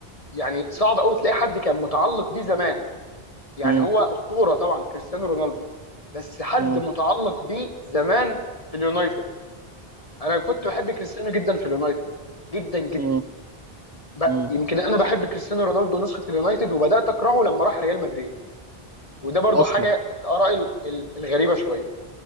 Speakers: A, on the left; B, on the right.
A: يعني صعب قوي تلاقي حد كان متعلق بيه زمان يعني
B: مم.
A: هو اسطوره طبعا كريستيانو رونالدو بس حد
B: مم.
A: متعلق بيه زمان في اليونايتد انا كنت بحب كريستيانو جدا في اليونايتد جدا جدا
B: مم.
A: ب...
B: مم.
A: يمكن انا بحب كريستيانو رونالدو نسخه اليونايتد وبدات اكرهه لما راح ريال مدريد وده برضو
B: اصلا
A: حاجه من الاراء ال- ال- الغريبه شويه